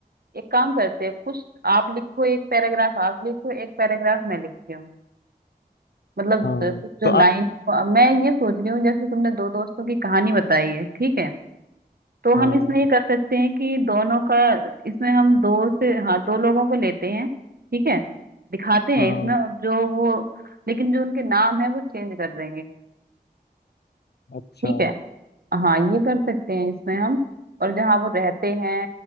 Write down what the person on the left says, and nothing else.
हाँ
तो आप
हाँ
हाँ
अच्छा